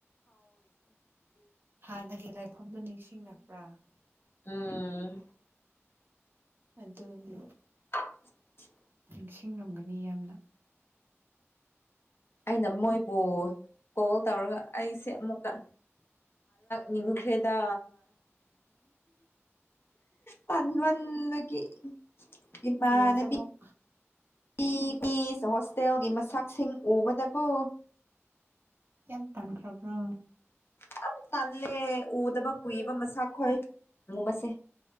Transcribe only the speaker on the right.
ꯍꯥꯟꯅꯒꯤ ꯂꯥꯏꯐꯝꯗꯨ ꯅꯤꯡꯁꯤꯡꯂꯛꯄ꯭ꯔꯥ
ꯑꯗꯨꯅꯤ
ꯅꯤꯡꯁꯤꯡꯉꯝꯒꯅꯤ ꯌꯥꯝꯅ
ꯍꯌꯦꯡꯁꯦ
ꯑꯃꯨꯛ
ꯀꯤꯌꯥꯝ ꯇꯥꯟꯈ꯭ꯔꯕ꯭ꯔꯣ